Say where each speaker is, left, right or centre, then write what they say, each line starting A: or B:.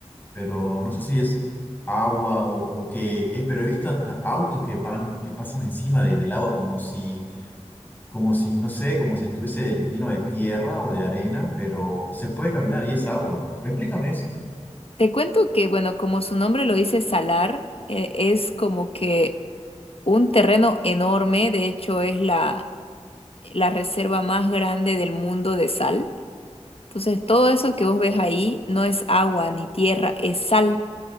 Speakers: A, on the left; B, on the left.
A: pero no sé si es agua o, o qué es, pero he visto hasta autos que, pan- que pasan encima de- del agua como si, como si, no sé, como si estuviese lleno de tierra o de arena, pero se puede caminar y es agua. Explícame eso.
B: te cuento que, bueno, como su nombre lo dice, salar, eh, es como que un terreno enorme, de hecho es la, la reserva más grande del mundo de sal. Entonces todo eso que vos ves ahí no es agua ni tierra, es sal.